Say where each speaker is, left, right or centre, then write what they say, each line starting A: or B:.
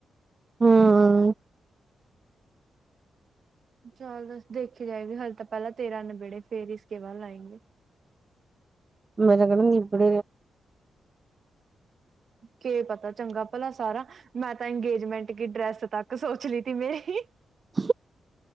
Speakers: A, on the right; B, on the right.
A: ਹੂੰ
B: ਚੱਲ ਦੱਸ ਦੇਖੀ ਜਾਏਗੀ ਹਲੇੇ ਤਾਂ ਪਹਿਲਾਂ ਤੇਰਾਂ ਨਬੇੜੇ ਫੇਰ ਇਸਕੇ ਬਾਅਦ ਲਾਏਂ ਗੀ।
A: ਮਿਲਗੜ ਇਬੜ
B: ਕੀ ਪਤਾ ਚੰਗਾ ਭਲਾ ਸਾਰਾ ਮੈਂ ਤਾਂ ਅੰਗੇਜਮੈਂਟ ਕੀ ਡਰੈਸ ਤੱਕ ਸੋਚ ਲਈ ਤ ਮੇਰੀ
A: <inaudible>